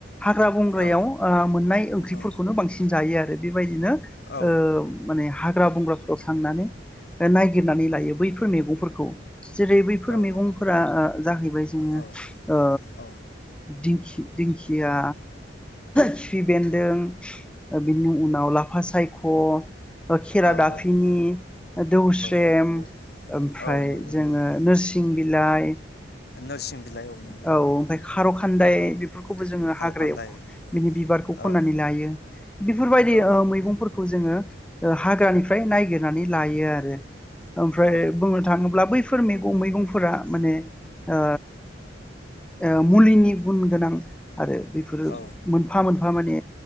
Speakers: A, in the centre; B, on the left.
A: हाग्रा बंग्रायाव
B: औ
A: ओ मोननाय ओंख्रिफोरखौनो
B: ओ
A: बांसिन जायो आरो बायदि बेबायदिनो
B: औ
A: ओ माने हाग्रा बंग्रा थांनानै ओ नायगिरनानै लायो बैफोर मैगंफोर खौ जेरै बैफोर
B: औ
A: मैगंफोरा ओ जाहैबाय जोङो
B: ओ औ
A: ओ
B: औ
A: दिंखि दि दिंखिया खिफि बेन्दों <inaudible> बिनि उनाव लाफा सायख ख' बा खेरा
B: औ
A: दाफि नि
B: औ
A: दौज्रेम
B: औ नंगौ
A: ओमफ्राय
B: औ नंगौ
A: जोङो
B: नंगौ
A: नोरसिं बिलाइ
B: नोरसिं बिलाइ नंगौ
A: औ ओमफाय खारौ खान्दाय
B: औ औ
A: बेफोरखौबो जोङो
B: खार'खान्दाय
A: हाग्रायाव बिनि बिबारखौ
B: औ
A: खन्नानै लायो बेफोरबायदि
B: औ
A: ओ मैगंफोरखौ जोङो ओ हाग्रानिफ्राय नायगिरनानै लायो आरो ओमफ्राय
B: औ
A: बुंनो थाङोब्ला बै फोर मैगं मैगंफोरा माने ओ ओ मुलिनि गुन गोनां आरो बेफोरो
B: औ
A: मोनफा मोनफा माने